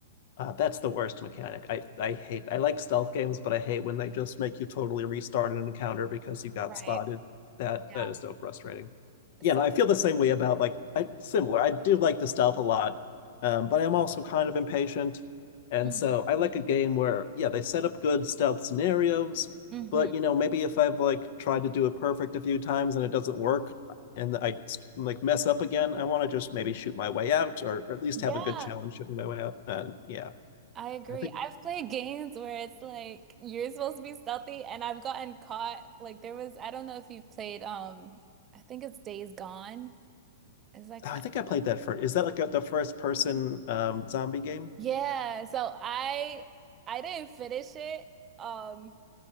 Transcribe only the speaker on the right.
Right.
Yeah.
So,
Mhm.
Mhm.
Yeah.
I agree.
I've played games where it's like you're supposed to be stealthy, and I've gotten caught. Like there was, I don't know if you've played, um, I think it's Days Gone. Is that
kind
of
old?
Yeah. So I I didn't finish it, um,